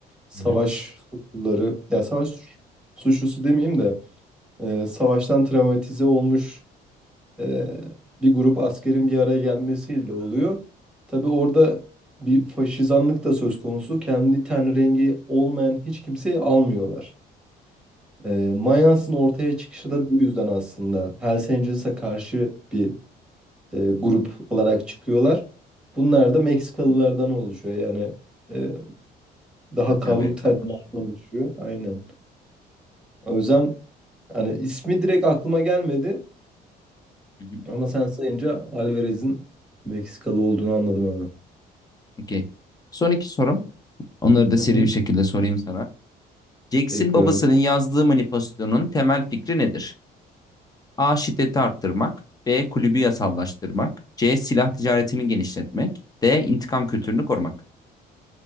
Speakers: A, in the centre; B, on the left (about 20°).
A: savaş
B: Hı hı.
A: suçluları, ya savaş suç- suçlusu demeyeyim de e, savaştan travmatize olmuş e, bir grup askerin bir araya gelmesiyle oluyor. Tabii orada bir faşizanlık da söz konusu. Kendi ten rengi olmayan hiç kimseyi almıyorlar. E, Mayans'ın ortaya çıkışı da bu yüzden aslında. Hells Angels'a karşı bir e, grup olarak çıkıyorlar. Bunlar da Meksikalılardan oluşuyor. Yani e, daha
B: Latin
A: kavruk
B: Amerikalılar.
A: tenlilerden oluşuyor. Aynen. O yüzden hani ismi direkt aklıma gelmedi
B: Hı hı,
A: ama sen sayınca Alvarez'in Meksikalı olduğunu anladım hemen.
B: Okey. Son iki sorum. Onları da
A: Hı
B: seri
A: hı.
B: bir şekilde sorayım sana. Jackson
A: Bekliyorum.
B: babasının yazdığı manifestonun temel fikri nedir? A. Şiddeti arttırmak. B. Kulübü yasallaştırmak. C. Silah ticaretini genişletmek. D. İntikam kültürünü korumak.